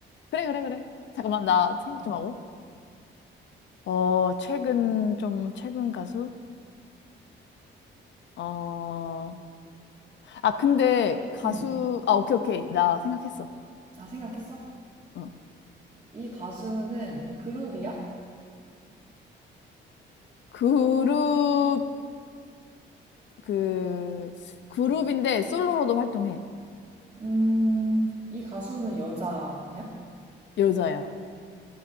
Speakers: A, on the left; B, on the right.
A: 그래, 그래, 그래. 잠깐만, 나 생각
B: 어.
A: 좀 하고. 어, 최근 좀, 최근 가수? 어, 아, 근데 가수,
B: 음.
A: 아, 오케이, 오케이. 나 생각했어.
B: 아, 생각했어?
A: 어.
B: 이 가수는 그룹이야?
A: 그룹, 그, 그룹인데 솔로로도 활동해.
B: 음, 이 가수는 여자야?
A: 여자야.